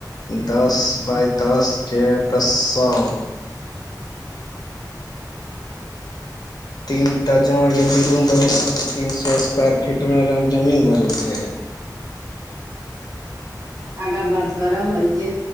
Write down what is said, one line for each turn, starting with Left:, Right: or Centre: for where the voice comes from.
Left: दस बाइ दसके तऽ सौ तीनटा जो यदि रूम बनेते त तीन सौ स्क्वायर फीट में जमीन भऽ जेतेय
Right: आगाँ बात करब एहिके